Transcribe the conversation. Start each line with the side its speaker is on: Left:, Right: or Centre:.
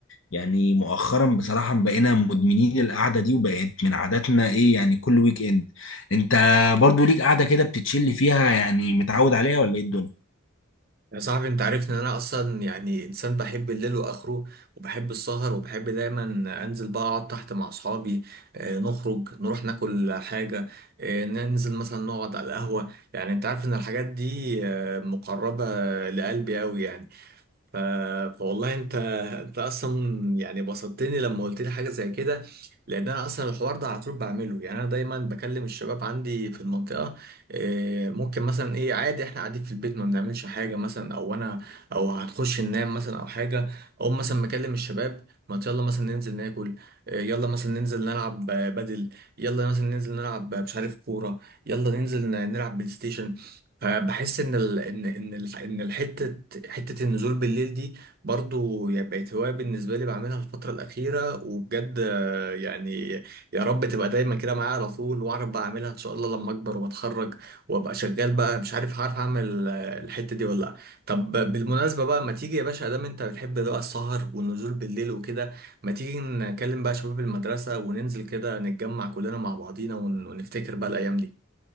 Left: يعني مؤخرا بصراحه بقينا مدمنين القعده دي وبقت من عاداتنا ايه يعني كل ويك اند انت برضو ليك قعده كده بتتشلي فيها يعني متعود عليها ولا ايه الدنيا
Right: يا صاحبي انت عارفني ان انا اصلا يعني انسان بحب الليل واخره وبحب السهر وبحب دايما انزل بقى اقعد تحت مع اصحابي آه، نخرج نروح ناكل حاجه آه، ننزل مثلا نقعد على القهوه يعني انت عارف ان الحاجات دي آه، مقربه لقلبي قوي يعني ف... فوالله انت انت اصلا يعني بسطتني لما قلت لي حاجه زي كده لان انا اصلا الحوار ده على طول بعمله يعني انا دايما بكلم الشباب عندي في المنطقه إيه، ممكن مثلا ايه عادي احنا قاعدين في البيت ما بنعملش حاجه مثلا او انا او هنخش ننام مثلا او حاجه او مثلا مكلم الشباب ما يلا مثلا ننزل ناكل إيه، يلا مثلا ننزل نلعب آه، بدل يلا مثلا ننزل نلعب آه، مش عارف كوره يلا ننزل ن- نلعب بلاي ستيشن فبحس ان ال... ان ان ال... ان الحته حته النزول بالليل دي برضو يعني بقت هوايه بالنسبه لي بعملها الفتره الاخيره وبجد آه، يعني يا رب تبقى دايما كده معايا على طول واعرف بقى اعملها ان شاء الله لما اكبر واتخرج وابقى شغال بقى مش عارف هعرف اعمل آه، الحته دي ولا لا طب بالمناسبه بقى ما تيجي يا باشا دام انت بتحب بقى السهر والنزول بالليل وكده ما تيجي نكلم بقى شباب المدرسه وننزل كده نتجمع كلنا مع بعضينا ون... ونفتكر بقى الايام دي